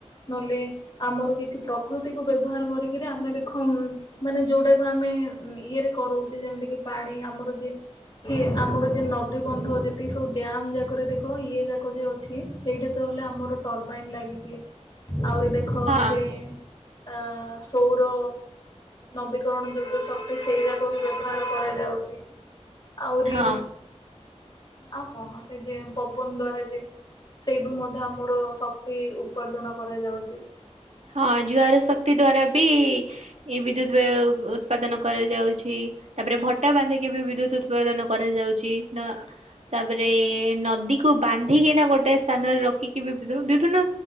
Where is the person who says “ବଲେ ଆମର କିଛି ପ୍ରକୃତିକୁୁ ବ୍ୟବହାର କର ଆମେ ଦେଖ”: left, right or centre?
Left